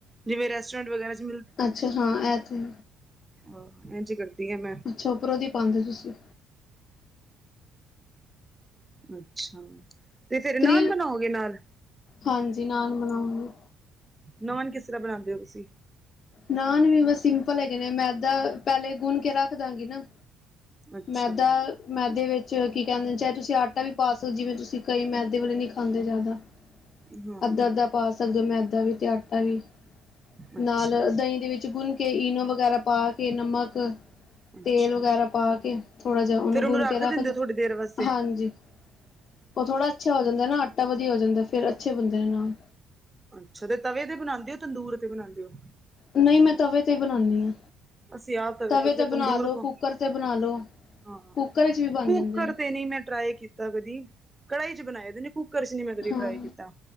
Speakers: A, on the right; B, on the left.
A: ਜਿਵੇਂ ਰੈਸਟੋਰੈਂਟ ਵਗੈਰਾ ਚ
B: ਅੱਛਾ ਹਾਂ ਆਥੇ
A: ਆਹੋ ਇੰਝ ਕਰਦੀ ਆ ਮੈਂ
B: ਅੱਛਾ ਉੱਪਰੋਂ ਦੀ ਪਾਉਂਦੇ ਹੋ ਤੁਸੀਂ
A: ਅੱਛਾ ਤੇ ਫੇਰ
B: ਕਰੀਮ
A: ਨਾਨ ਬਣਾਓਗੇ ਨਾਲ
B: ਹਾਂਜੀ ਨਾਨ ਬਣਾਉਗੇ
A: ਨਾਨ ਕਿਸ ਤਰ੍ਹਾਂ ਬਣਾਉਂਦੇ ਹੋ ਤੁਸੀਂ
B: ਨਾਨ ਵੀ ਬਸ ਸਿੰਪਲ ਹੈਗੇ ਨੇ ਮੈਂ ਇਦਾਂ ਪਹਿਲੇ ਗੁੰਨ ਕੇ ਰੱਖ ਦਾਂਗੀ ਨਾ
A: ਅੱਛਾ
B: ਮੈਦਾ ਮੈਦੇ ਵਿੱਚ ਕੀ ਕਹਿੰਦੇ ਨੇ ਚਾਹੇ ਤੁਸੀਂ ਆਟਾ ਵੀ ਪਾ ਸਕੋ ਜਿਵੇਂ ਤੁਸੀਂ ਕਈ ਮੈਦੇ ਵਾਲੇ ਨਹੀਂ ਖਾਂਦੇ ਜ਼ਿਆਦਾ
A: ਹਾਂ
B: ਅੱਧਾਅੱਧਾ ਪਾ ਸਕਦੇ ਹੋ ਮੈਦਾ ਵੀ ਤੇ ਆਟਾ ਵੀ
A: ਅੱਛਾ
B: ਨਾਲ ਦਹੀਂ ਦੇ ਵਿੱਚ ਗੁੰਨ ਕੇ ਇਈਨੋ ਵਗੈਰਾ ਪਾ ਕੇ ਨਮਕ
A: ਅੱਛਾ
B: ਤੇਲ ਵਗੈਰਾ ਪਾ ਕੇ ਥੋੜਾ ਜਿਹਾ ਉਹਨੂੰ
A: ਫੇਰ
B: ਗੁੰਨ ਕੇ ਰੱਖ
A: ਦਿੰਦੇ
B: ਦੋ
A: ਹੋ ਥੋੜੀ ਦੇਰ ਵਾਸਤੇ
B: ਹਾਂਜੀ ਉਹ ਥੋੜਾ ਅੱਛਾ ਹੋ ਜਾਂਦਾ ਨਾ ਆਟਾ ਵਧੀਆ ਹੋ ਜਾਂਦਾ ਫੇਰ ਅੱਛੇ ਬੰਦੇ ਨੇ ਨਾਲ
A: ਅੱਛਾ ਤੇ ਤਵੇ ਤੇ ਬਣਾਉਂਦੇ ਹੋ ਤੰਦੂਰ ਤੇ ਬਣਾਉਂਦੇ ਹੋ
B: ਨਹੀਂ ਮੈਂ ਤਵੇ ਤੇ ਹੀ ਬਣਾਉਦੀ ਹਾਂ
A: ਅਸੀਂ ਆਪ
B: ਤਵੇ
A: ਫਿਰ
B: ਤੇ
A: ਤੰਦੂਰ
B: ਬਣਾ ਲੋ,
A: ਕੋ
B: ਕੁੂੱਕਰ ਤੇ ਬਣਾ ਲੋ
A: ਹਾਂ
B: ਕੁੱਕਰ ਵਿੱਚ ਵੀ ਬਣ
A: ਕੁਕਰ
B: ਜਾਂਦੇ ਨੇ
A: ਤੇ ਨਹੀਂ ਮੈਂ ਟਰਾਈ ਕੀਤਾ ਤਾਂ ਕਦੀ ਕੜਾਈ ਚ' ਬਣਾਏ ਕੁੱਕਰ ਚ' ਨੀ ਮੈਂ ਕਦੀ
B: ਹਾਂ
A: ਟਰਾਈ ਕੀਤਾ